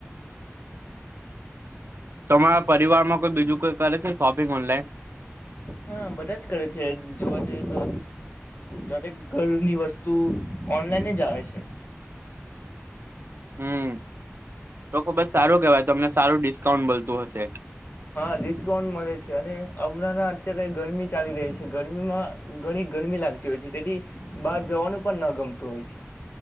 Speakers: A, on the right; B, on the left.
A: તમારા પરિવારમાં કોઈ બીજું કોઈ કરે છે શોપિંગ ઓનલાઈન
B: હા બધા જ કરે છે જોવા જઈએ તો દરેક ઘરની વસ્તુ ઓનલાઈન જ આવે છે
A: હમ તો ખુબ જ સારું કેવાય તમને સારું ડિસ્કાઉન્ટ મળતું હશે
B: હા ડિસ્કાઉન્ટ મળે છે અને હમણાં અત્યારે ગરમી ચાલી રહી છે ગરમીમાં ઘણી ગરમી લાગતી હોય છે તેથી બહાર જવાનું પણ ન ગમતું હોય છે